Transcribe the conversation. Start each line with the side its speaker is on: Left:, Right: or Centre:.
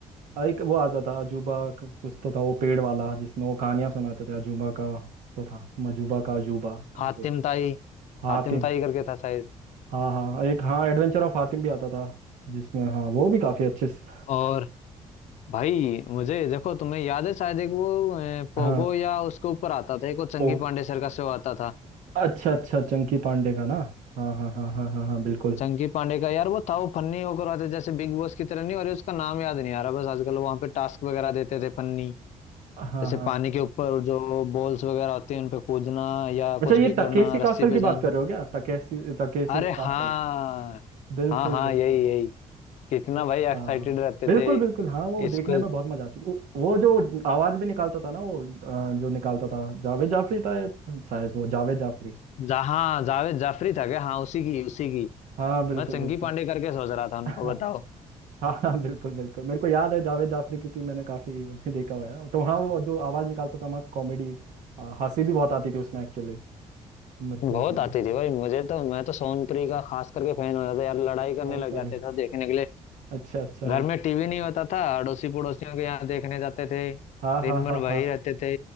Right: एक वो आता था अजूबा क- कुछ तो था वो पेड़ वाला जिसमें वो कहानियां सुनाते थे अजूबा का कुछ तो था मजूबा का अजूबा करके
Left: हातिम ताई
Right: हातिम
Left: हातिम ताई करके था शायद
Right: हाँ हाँ एक हाँ एडवेंचर ऑफ हातिम भी आता था जिसमें हाँ वो भी काफी अच्छे से-
Left: और भाई मुझे देखो तुम्हें याद है शायद एक वो अ, पोगो
Right: हाँ
Left: या उसके ऊपर आता था एक वो चंगी
Right: ओ
Left: पांडे सर का शो आता था
Right: अच्छा अच्छा चंकी पांडे का ना हाँ हाँ हाँ हाँ हाँ हाँ बिल्कुल
Left: चंकी पांडे का यार वो था वो फन्नी होकर आता जैसे बिग बॉस की तरह नहीं और उसका नाम याद नहीं आ रहा बस आजकल वहां पे टास्क वगैरह देते थे फन्नी
Right: हाँ
Left: जैसे
Right: हाँ
Left: पानी के ऊपर जो बॉल्स वगैरह होती हैं उन पे कूदना या
Right: अच्छा
Left: कुछ
Right: ये
Left: भी करना
Right: तकेसी कासल
Left: रस्सी पे
Right: की
Left: जाना
Right: बात कर रहे हो क्या Takeshi Takeshi
Left: अरे
Right: castle
Left: हाँ
Right: बिल्कुल
Left: हाँ हाँ
Right: बिल्कुल
Left: यही यही कितना
Right: अच्छा
Left: भाई एक्साइटेड रहते
Right: बिल्कुल
Left: थे
Right: बिल्कुल हाँ वो
Left: इसको
Right: देखने में बहुत मजा आती थी वो, वो जो आवाज भी निकालता था ना वो अ, जो निकालता था जावेद जाफरी था ये शायद वो जावेद जाफरी
Left: जा, हाँ जावेद जाफरी था क्या हाँ उसी की उसी की
Right: हाँ बिल्कुल
Left: मैं चंकी
Right: बिल्कुल
Left: पांडे करके सोच रहा था उनको
Right: <laughs>
Left: बताओ
Right: हाँ हाँ बिल्कुल बिल्कुल मेरे को याद है जावेद जाफरी क्योंकि मैंने काफी उसे देखा हुआ है तो हाँ वो जो आवाज निकालता था मस्त कॉमेडी हंसी भी बहुत आती थी उसमें एक्चुअली मेरे
Left: बहुत
Right: को हाँ
Left: आती थी भाई मुझे तो मैं तो सोनप्री का खास करके फैन हो जाता यार लड़ाई करने
Right: फोन
Left: लग
Right: पर
Left: जाते
Right: ही
Left: थे देखने के लिए
Right: अच्छा अच्छा
Left: घर में टीवी नहीं होता था अड़ोसी पड़ोसियों के यहाँ देखने जाते थे
Right: हाँ
Left: दिन
Right: हाँ
Left: भर
Right: हाँ
Left: वही
Right: हाँ
Left: रहते थे